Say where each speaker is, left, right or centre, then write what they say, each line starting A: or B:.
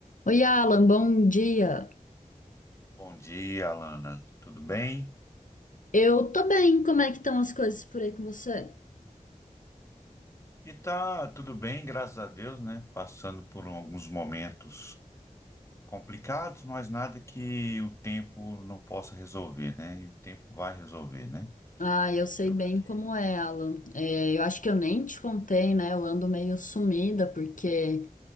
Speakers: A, on the left; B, on the left.
A: Oi, Alan, bom dia.
B: Bom dia, Alana. Tudo bem?
A: Eu tô bem, como é que estão as coisas por aí com você?
B: E tá tudo bem, graças a Deus, né? Passando por alguns momentos complicados, mas nada que o tempo não possa resolver, né? E o tempo vai resolver, né?
A: Ah, eu sei
B: Eu
A: bem
B: fiquei...
A: como é, Alan. É, eu acho que eu nem te contei, né? Eu ando meio sumida porque